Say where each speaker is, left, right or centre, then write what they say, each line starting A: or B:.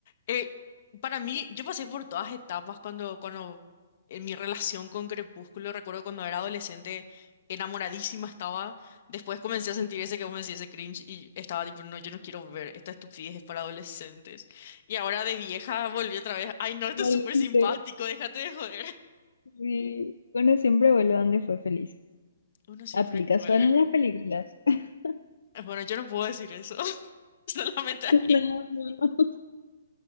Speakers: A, on the left; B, on the left.
A: Eh, para mí, yo pasé por todas etapas cuando, cuando en mi relación con Crepúsculo, recuerdo cuando era adolescente, enamoradísima estaba. Después comencé a sentir
B: <laughs>
A: ese
B: Sí.
A: que vos me decís, ese cringe, y estaba tipo, no, yo no quiero ver esta estupidez es para adolescentes. Y ahora de vieja volví otra vez, ay no, esto
B: Volviste.
A: es súper simpático, déjate de joder.
B: Sí. Bueno, siempre vuelve donde fue feliz.
A: Uno siempre
B: Aplica
A: vuelve.
B: solo en las películas. <laughs>
A: Bueno, yo no puedo decir eso. <laughs> Solamente ahí.
B: No, no.